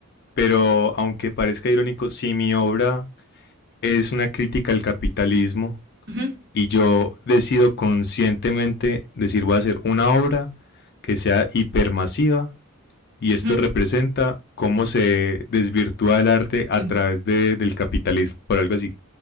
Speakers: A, on the left (about 50°); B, on the right (about 55°).
A: pero aunque parezca irónico, si mi obra es una crítica al capitalismo
B: Ujú,
A: y yo decido conscientemente decir voy a hacer una obra que sea hipermasiva, y esto
B: ujú,
A: representa cómo se desvirtúa el arte a
B: sí,
A: través de- del capitalismo, por algo así.